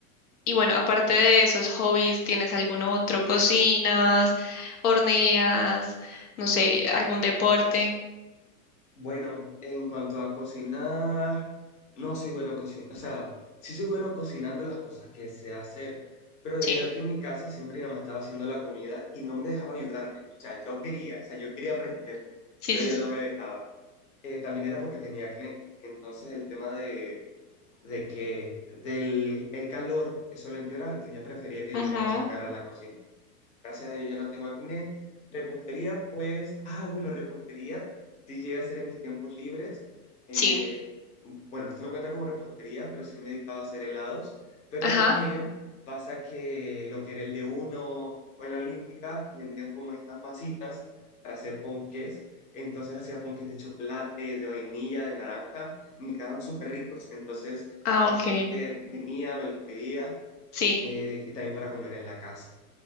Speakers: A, on the left; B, on the left.
A: Y bueno, aparte de esos hobbies, ¿tienes algún otro? ¿Cocinas? ¿Horneas? No sé, algún deporte.
B: Bueno, en cuanto a cocinar, no soy bueno cocinando, o sea, sí soy bueno cocinando las cosas que sé hacer, pero debido
A: Sí,
B: a que en mi casa siempre mi mamá estaba haciendo la comida y no me dejaba ayudarle, o sea, yo quería, o sea, yo quería aprender,
A: sí,
B: pero
A: sí,
B: ella
A: sí.
B: no me dejaba. Eh, también era porque tenía acné, entonces el tema de, de que del el calor, eso lo empeoraba, entonces ella prefería que
A: Ujú,
B: yo no me acercara a la cocina. Gracias a Dios ya no tengo acné. Repostería, pues, ah, bueno, repostería sí llega a hacer en mis tiempos libres. Eh,
A: Sí,
B: bueno, esto no cuenta como repostería, pero sí me dedicaba a hacer helados. Pero
A: ajá.
B: también pasa que lo que era el de uno o en la Olímpica vendían como estas masitas para hacer ponques. Entonces hacía ponques de chocolate, de vainilla, de naranja. y Me quedaban súper ricos. Entonces
A: Ah,
B: la
A: ok.
B: gente venía, me los pedía
A: Sí,
B: eh, y también para comer en la casa.